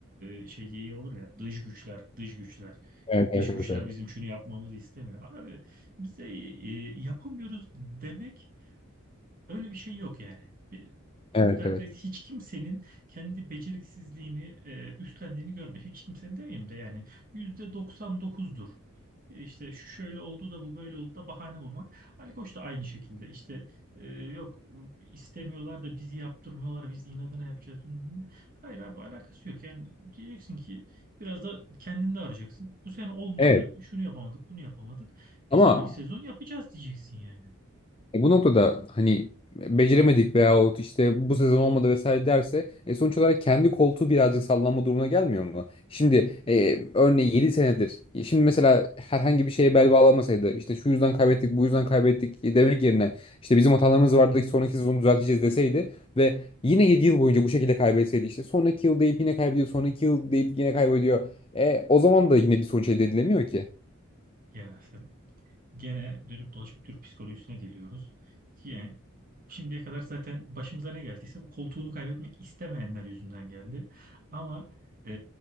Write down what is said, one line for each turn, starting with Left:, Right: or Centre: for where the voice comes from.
Right: e, şey yeği olur ya dış güçler, dış güçler.
Left: evet,
Right: İşte
Left: evet,
Right: dış güçler
Left: evet, evet.
Right: bizim şunu yapmamızı istemiyor. Abi bize e, yapamıyoruz demek Öyle bir şey yok yani. Bir- Türklerde
Left: Evet, evet.
Right: hiç kimsenin kendi beceriksizliğini e, üstlendiğini görmedim. Hiç kimsenin demeyeyim de yani yüzde 99'dur. İşte şu şöyle oldu da bu böyle oldu da bahane bulmak. Ali Koç da aynı şekilde işte e, yok istemiyorlar da bizi yaptırmıyorlar biz inadına yapacağız. bilmem ne. Hayır abi alakası yok yani diyeceksin ki biraz da kendini de arayacaksın. Bu sene olmadı
Left: Evet.
Right: şunu yapamadık bunu yapamadık
Left: Ama
Right: bir sonraki sezon yapacağız diyeceksin yani.
Left: e, bu noktada hani beceremedik veyahut işte bu sezon olmadı vesaire derse e, sonuç olarak kendi koltuğu birazcık sallanma durumuna gelmiyor mu? Şimdi e, örneğin 7 senedir. e, Şimdi mesela herhangi bir şeye bel bağlamasaydı işte şu yüzden kaybettik, bu yüzden kaybettik e, demek yerine işte bizim hatalarımız vardı ki sonraki sezonu düzelteceğiz deseydi ve yine 7 yıl boyunca bu şekilde kaybetseydi işte sonraki yıl deyip yine kaybediyor, sonraki yıl deyip yine kaybediyor. E, o zaman da yine bir sonuç elde edilemiyor ki.
Right: Ya gene dönüp dolaşıp Türk psikolojisine geliyoruz. Yani şimdiye kadar zaten başımıza ne geldiyse bu koltuğunu kaybetmek istemeyenler yüzünden geldi. Ama e,